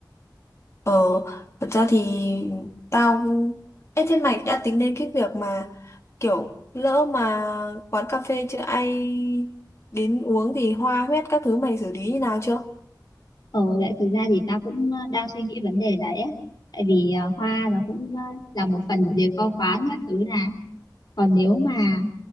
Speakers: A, on the left (about 35°); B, on the left (about 60°).
A: Ờ, thật ra thì tao... Ê, thế mày đã tính đến cái việc mà kiểu lỡ mà quán cà phê chưa ai đến uống thì hoa huyét các thứ mày xử lý như nào chưa?
B: Ừ, tại thực ra thì tao cũng ờ, đang suy nghĩ vấn đề đấy á, tại vì ờ, hoa nó cũng ờ, là một phần của decor quán các thứ nè, còn nếu mà